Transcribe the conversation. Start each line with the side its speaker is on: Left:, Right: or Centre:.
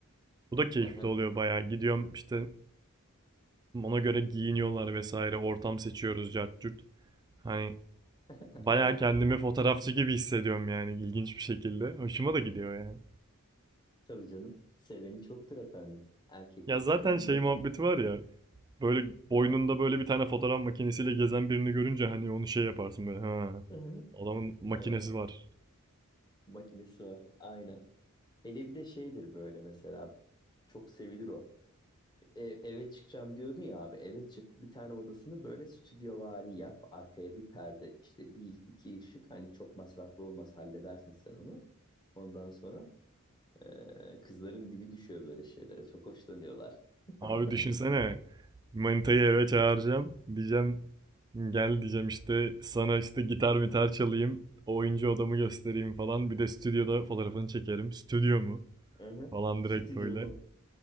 Right: Bu da keyifli
Left: Hı hı.
Right: oluyor bayağı. Gidiyorum işte ona göre giyiniyorlar vesaire, ortam seçiyoruz cart curt. Hani
Left: <laughs>
Right: Bayağı kendimi fotoğrafçı gibi hissediyorum yani ilginç bir şekilde. Hoşuma da gidiyor yani.
Left: Tabii canım. Seveni çoktur efendim. Erkekte
Right: Ya zaten
Left: de kadında
Right: şey muhabbeti
Left: da.
Right: var ya. Böyle boynunda
Left: Hı hı,
Right: böyle bir tane fotoğraf makinesiyle gezen birini görünce hani onu şey yaparsın böyle. Ha,
Left: hı hı.
Right: adamın makinesi
Left: Ee,
Right: var.
Left: makinesi var. Aynen. Hele bir de şeydir böyle mesela. Çok sevilir o. E, eve çıkacağım diyordun ya abi. Eve çık bir tane odasını böyle stüdyovari yap. Arkaya bir perde işte bir iki ışık. Hani çok masraflı olmaz halledersin sen onu. Ondan sonra e, kızların dibi düşüyor böyle şeylere. Çok hoşlanıyorlar.
Right: Abi
Left: <laughs>
Right: düşünsene. Manitayı eve çağıracağım. Diyeceğim gel diyeceğim işte sana işte gitar mitar çalayım. Oyuncu odamı göstereyim falan. Bir de stüdyoda fotoğrafını çekerim. Stüdyo mu?
Left: Hı hı.
Right: Falan
Left: Stüdyo
Right: direkt böyle.
Left: mu?